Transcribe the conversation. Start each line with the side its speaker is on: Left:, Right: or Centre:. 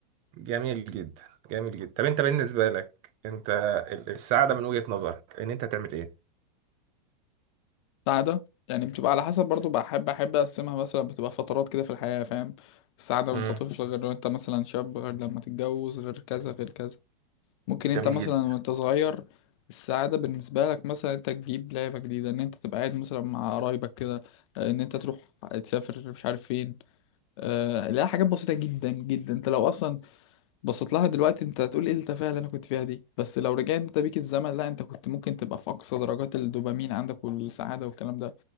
Right: جميل جدا جميل جدا طب انت بالنسبه لك انت ال- السعاده من وجهه نظرك ان انت تعمل ايه
Left: السعادة يعني بتبقى على حسب برضو بحب احب اقسمها مثلا بتبقى فترات كده في الحياة فاهم السعادة
Right: امم
Left: وانت طفل غير وانت مثلا شاب غير لما تتجوز غير كذا غير كذا ممكن
Right: جميل
Left: انت مثلا
Right: جدا
Left: وانت صغير السعادة بالنسبة لك مثلا انت تجيب لعبة جديدة ان انت تبقى قاعد مثلا مع قرايبك كده اه، ان انت تروح تسافر مش عارف فين اه، لا حاجات بسيطة جدا جدا انت لو اصلا بصيت لها دلوقتي انت هتقول ايه التفاهة اللي انا كنت فيها دي بس لو رجعت انت بيك الزمن لا انت كنت ممكن تبقى في اقصى درجات الدوبامين عندك والسعادة والكلام ده